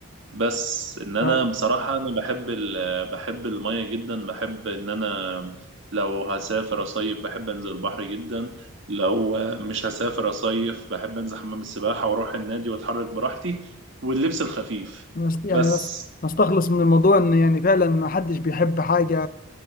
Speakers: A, on the right; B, on the left.
A: بس ان انا
B: ف...
A: بصراحه انا بحب ال... بحب الميه جدا بحب ان انا لو هسافر اصيف بحب انزل البحر جدا لو مش هسافر اصيف بحب انزل حمام السباحه واروح النادي واتحرك براحتي واللبس الخفيف
B: نست- يعني
A: بس
B: نس- نستخلص من الموضوع ان يعني فعلا ما حدش بيحب حاجة